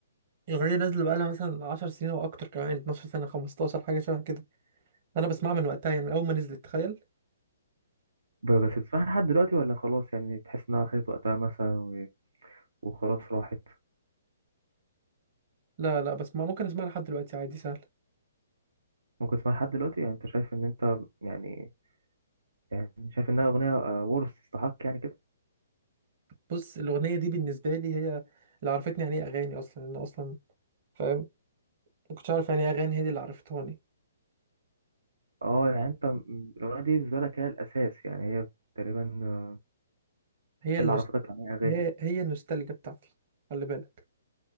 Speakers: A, on the right; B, on the right.
A: الاغنيه دي نازله بقالها مثلا 10 سنين او اكتر كمان 12 سنه 15 حاجه شبه كده انا بسمعها من وقتها يعني من اول ما نزلت تخيل
B: ب- بس بتسمعها لحد دلوقتي ولا خلاص يعني تحس انها خدت وقتها مثلا و- وخلاص راحت
A: لا لا بسمع ممكن اسمعها لحد دلوقتي عادي سهل
B: ممكن تسمعها لحد دلوقتي يعني انت شايف ان انت يعني يعني شايف انها اغنيه آه، ورث تستحق يعني كده
A: بص الاغنيه دي بالنسبه لي هي اللي عرفتني يعني ايه اغاني اصلا انا اصلا فاهم ما كنتش عارف يعني ايه اغاني هي دي اللي عرفتهاني
B: اه يعني انت م- الاغنيه دي بالنسبه لك هي الاساس يعني هي تقريبا آه،
A: هي
B: هي
A: النوست...
B: اللي عرفتك عن ايه اغاني
A: هي هي النوستالجيا بتاعتي خلي بالك